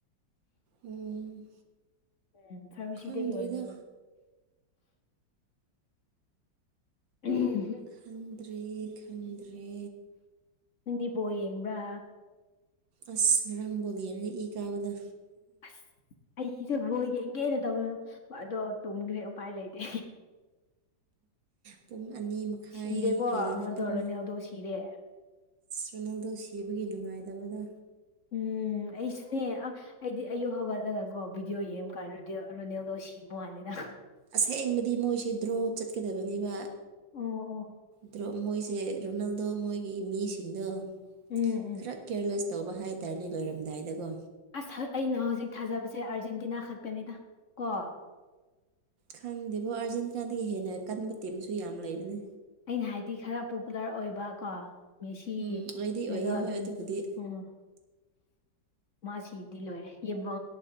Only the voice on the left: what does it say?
ꯎꯝ ꯐꯥꯔꯃꯁꯤꯗꯒꯤ
ꯌꯣꯜꯕꯗꯣ ꯎꯝ
ꯅꯪꯗꯤ ꯕꯣꯜ ꯌꯦꯡꯕ꯭ꯔꯥ
ꯑꯁ ꯑꯩꯁꯦ ꯕꯣꯜ ꯌꯦꯡꯒꯦꯅ ꯇꯧꯔꯒꯥ ꯑꯗꯣ ꯇꯨꯝꯈ꯭ꯔꯦ ꯎꯄꯥꯏ ꯂꯩꯇꯦ
ꯁꯤꯔꯦꯀꯣ
ꯑꯃꯗꯣ
ꯔꯣꯅꯥꯜꯗꯣ ꯁꯤꯔꯦ
ꯎꯝ ꯑꯩꯁꯨꯅꯦ ꯑꯥ ꯑꯩꯗꯤ ꯑꯌꯨꯛ ꯍꯧꯒꯠꯂꯒꯀꯣ ꯚꯤꯗꯤꯑꯣ ꯌꯦꯡꯕꯀꯥꯟ ꯔꯣꯅꯦꯜꯗꯣ ꯁꯤꯕ ꯋꯥꯅꯤꯗ
ꯑꯣ ꯑꯣ
ꯎꯝ
ꯎꯝ
ꯑꯁ ꯑꯩꯅ ꯍꯧꯖꯤꯛ ꯊꯥꯖꯕꯁꯦ ꯑꯥꯔꯖꯦꯟꯇꯤꯅꯥ ꯈꯛꯇꯅꯤꯗ ꯀꯣ
ꯑꯩꯅ ꯍꯥꯏꯗꯤ ꯈꯔ ꯄꯣꯄꯨꯂꯔ ꯑꯣꯏꯕ ꯀꯣ ꯃꯦꯁꯤ
ꯔꯣꯅꯥꯜꯗꯣ
ꯑꯗꯨ
ꯎꯝ ꯃꯥ ꯁꯤꯗꯤ ꯂꯣꯏꯔꯦ ꯏꯕꯣ